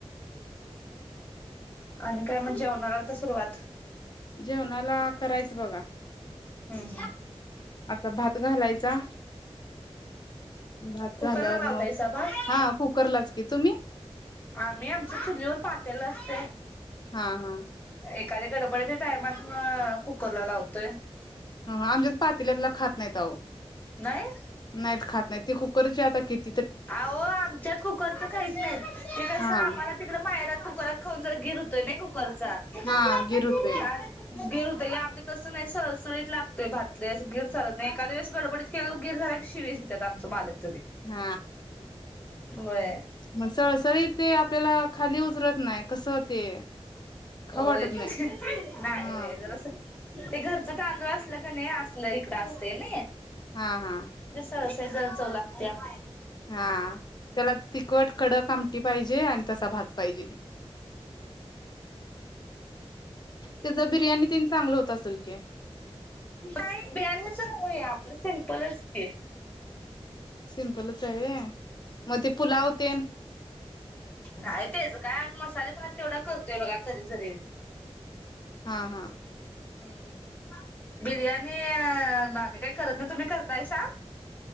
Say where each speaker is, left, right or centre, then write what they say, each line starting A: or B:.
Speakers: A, on the left; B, on the left.
A: आणि काय म जेवणार आता सुरुवात
B: जेवणाला करायचं बघा
A: ह ह
B: आता भात घालायचा भात झाल्यावर
A: कुकरला लावताय
B: मग
A: सा भात
B: हा कुकरलाच की तुम्ही
A: आम्ही आमच्या चुलीवर पातेल असतय
B: हा हा
A: एक का त्या गडबडीच्या टायमात म कुकरला लावतोय
B: ह आमच्यात पातील्यातला खात नाहीत आहो
A: नाही
B: नाहीत खात नाहीत ती कुकरची आता कित
A: आवो आमच्यात कुकरच काहीच नाहीत ते कसं
B: हा
A: आम्हाला तिकडं मायरात कुकरात खाऊन जरा गिर त नाही कुकर चालत
B: हा गिर होतोय
A: <unintelligible> गिर होतंय आमच्या तसं नाही सरळसळीत लागतोय भातले असं गिर झालत नाही एका दिेळेस गडबडीत केललू गिर झाल्यात शिवीसेतात आमच मालक
B: हा
A: व्हय
B: म सळसरी ते आपल्याला खाली उतरत नाही कसं ते खाऊ
A: होयत
B: वाटत नाही
A: नाही
B: हा
A: होय जरास ते घरचं तांदूळ असलं क नाही असलं इकडं असतय नय
B: हा हा
A: <unintelligible> चव लागतिया
B: हा त्याला तिखट कडक आम टी पाहिजे आण तसा भात पाहिजे त्याचा बिर्याणी तीन चांगलं होत असल की
A: नाही बियाणीच रंगूया आपलं सिम्पलच ते
B: सिंपलच आहे व्हय म ते पुलाव तेन
A: नाही तेच कायम मसाले भात तेवढा करतोय बघा कधी तरी
B: हा हा
A: हम्म बिर्याणी आ - अम आम्ही काही करत नाही तुम्ही करताय सा